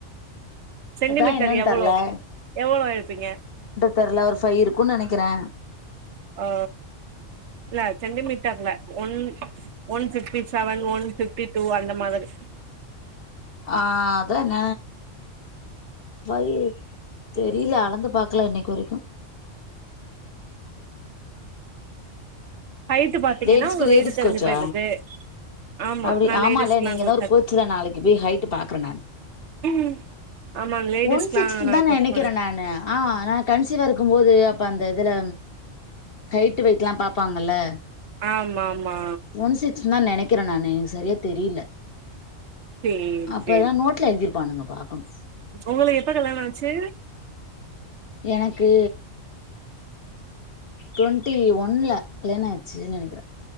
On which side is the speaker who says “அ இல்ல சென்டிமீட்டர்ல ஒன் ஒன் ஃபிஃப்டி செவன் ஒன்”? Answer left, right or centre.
Right